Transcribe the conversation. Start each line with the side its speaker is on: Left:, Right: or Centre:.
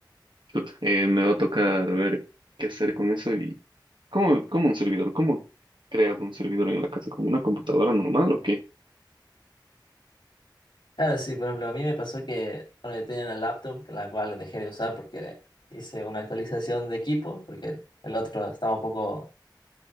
Right: Chut, eh, me va a tocar ver qué hacer con eso y cómo, cómo un servidor, cómo creas un servidor en la casa con una computadora normal o qué,
Left: Claro, sí, por ejemplo, a mí me pasó que, bueno, yo tenía una laptop, que la cual dejé de usar porque hice una actualización de equipo, porque el otro estaba un poco